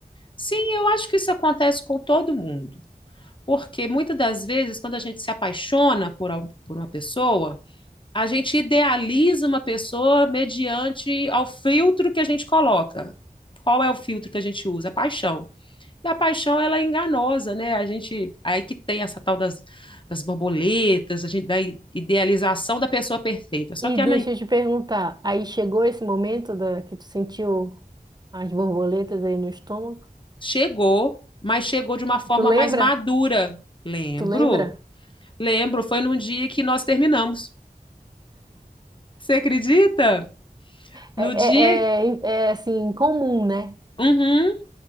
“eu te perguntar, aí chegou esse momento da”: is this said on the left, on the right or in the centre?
Right